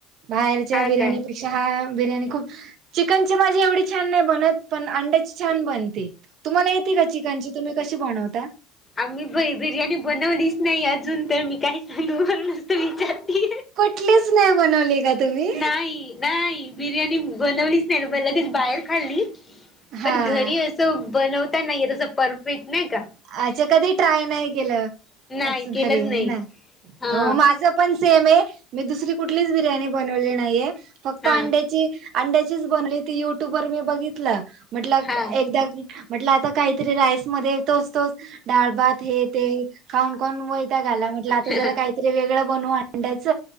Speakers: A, on the right; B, on the left.
A: बाहेरच्या बिर्याणीपेक्षा
B: काय
A: हा बिर्याणी खूप चिकनची माझी एवढी छान नाही बनत. पण अंड्याची छान बनते. तुम्हाला येते का? चिकनची, तुम्ही कशी बनवता?
B: आम्ही ब बिर्याणी बनवलीच नाही अजून. तर मी काही सांगू म नसतो विचारते
A: कुठलीच नाही बनवली का तुम्ही?
B: नाही. नाही. बिर्याणी बनवलीच नाही लगेच बाहेर खाल्ली
A: हा
B: पण घरी अस बनवता नाही येत तस परफेक्ट नाही का?
A: अच्छा कधी ट्राय नाही केल.
B: नाही
A: अस घरी
B: केलंच नाही.
A: आहे ना,
B: हा
A: हो माझ पण सेम आहे. मी दुसरी कुठलीच बिर्याणी बनवली नाहीये फक्त
B: हा
A: अंड्याची. अंड्याचीच बनली ती युट्यूब वर मी बघितल म्हटल
B: हा
A: एकदा म्हटल आता काहीतरी राईस मध्ये तोस तोच डाळ भात हे ते खाऊन खाऊन वैताग आला म्हटल आता
B: हा
A: जरा काहीतरी वेगळ बनवू आंडायच.